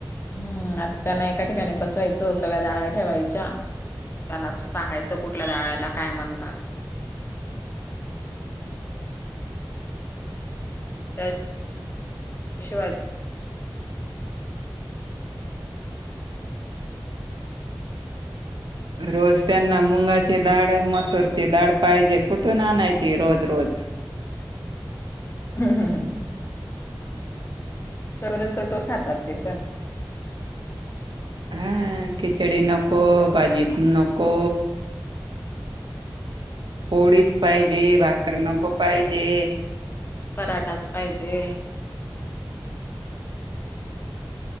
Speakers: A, on the left; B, on the right.
A: हम्म आता त्यांना एका ठिकाणी बसवायचं. सगळ्या डाळ्या ठेवायच्या. त्यांना अस सांगायचं कुठल्या दाळीला काय म्हणतात. त्या शिवाय
B: रोज त्यांना मुंगाची दाळ मसूरची दाळ पाहिजे. कुठून आणायची रोज रोज.
A: हम हं ह <unintelligible> चर चटो खातात ते पण.
B: ह खिचडी नको. भाजी नको. पोळीस पाहिजे. भाकर नको पाहिजे.
A: पराठाच पाहिजे.